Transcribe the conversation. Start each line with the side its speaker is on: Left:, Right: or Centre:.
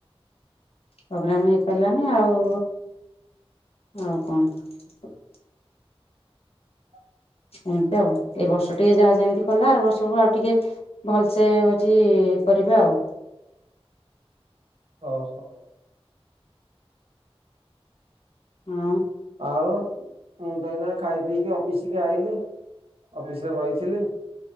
Left: ପ୍ରୋଗ୍ରାମ ହେଇପାରିଲାନି ଆଉ ଆଉ କଣ।
Right: <inaudible>
Left: ଏମତି ଆଉ ଏଇ ବର୍ଷ ଟିକେ ଯାହା ଯେମିତି କଲା ଆର ବର୍ଷକୁ ଆଉ ଟିକେ ଭଲସେ ହଉଛି କରିବା ଆଉ।
Right: ଓ ହୋ।
Left: ହଁ।
Right: ଆଉ ମୁଁ ତ ଏଇନା ଖାଇ ପିଇକି ଅଫିସିକି ଆଇଲି। ଅଫିସିରେ ବଇଥିଲି।